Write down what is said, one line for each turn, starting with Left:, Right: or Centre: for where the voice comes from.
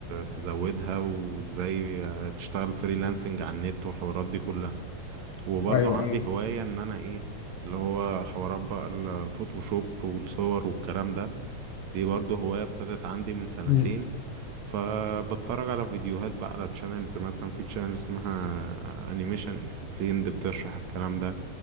Right: تزودها وازاي آه، تشتغل فريلانسنج على النت والحوارات دي كلها وبرضو
Left: ايوه
Right: عندي
Left: ايوه
Right: هواية ان انا ايه اللي هو حوارات بقى الفوتوشوب والصور والكلام ده دي برضه هواية ابتدت عندي من سنتين
Left: مم.
Right: فبتفرج على فيديوهات بقى على تشانلز مثلا في تشانل اسمها انيميشن اكسبليند بتشرح الكلام ده